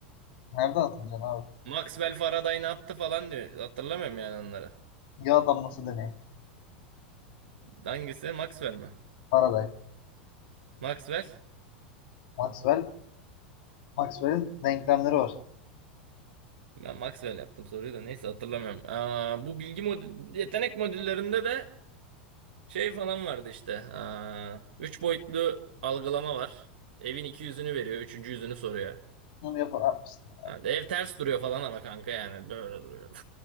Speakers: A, on the left; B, on the right.
A: nereden hatırlayacaksın abi?
B: Maxwell Faraday ne yaptı falan diyor. Hatırlamıyorum yani onları.
A: Yağ damlası deneyi.
B: Hangisi? Maxwell mi?
A: Faraday.
B: Maxwell?
A: Maxwell. Maxwell'in denklemleri var.
B: Ben Maxwell yaptım soruyu da neyse hatırlamıyorum. Aa, bu bilgi mod yetenek modüllerinde de şey falan vardı işte. Aa, üç boyutlu algılama var. Evin iki yüzünü veriyor, üçüncü yüzünü soruyor.
A: Onu yap yapmışsın.
B: Ha, de ev ters duruyor falan ama kanka yani böyle duruyor.